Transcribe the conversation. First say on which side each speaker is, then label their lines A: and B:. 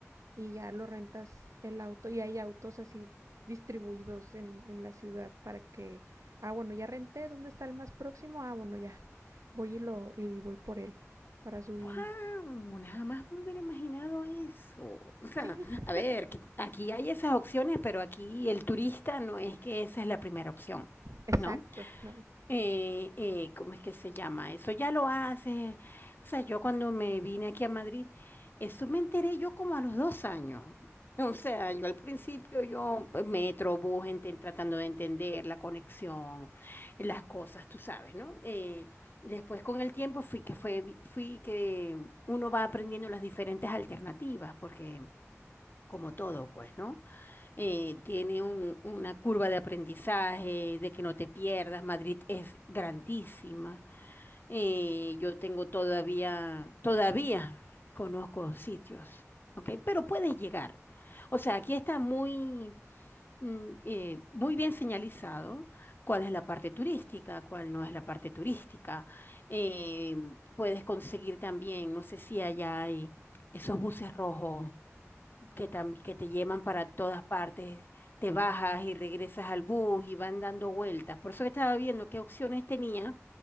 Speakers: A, on the right; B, on the left.
A: y ya lo rentas el auto y hay autos así distribuidos en, en la ciudad para que, ah, bueno, ya renté, ¿dónde está el más próximo? Ah, bueno, ya, voy y, lo, y voy por él para subirme.
B: ¡Wow! Jamás me hubiera imaginado eso. O sea,
A: Sí,
B: a ver,
A: <laughs>
B: que aquí hay esas opciones, pero aquí el turista no es que esa es la primera opción,
A: exacto,
B: ¿no?
A: ¿no?
B: eh, eh, ¿cómo es que se llama? Eso ya lo hace. O sea, yo cuando me vine aquí a Madrid, eso me enteré yo como a los dos años. O sea, yo al principio yo pues, metro, bus, enten- tratando de entender la conexión, las cosas, tú sabes, ¿no? Eh, después con el tiempo fui que fue, vi- fui que uno va aprendiendo las diferentes alternativas, porque como todo, pues, ¿no? eh, tiene un- una curva de aprendizaje, de que no te pierdas. Madrid es grandísima. Eh, yo tengo todavía, todavía conozco sitios, ¿ok? Pero puedes llegar. O sea, aquí está muy, mm, eh, muy bien señalizado cuál es la parte turística, cuál no es la parte turística. Eh, puedes conseguir también, no sé si allá hay esos buses rojos que, tam- que te llevan para todas partes, te bajas y regresas al bus y van dando vueltas. Por eso que estaba viendo qué opciones tenía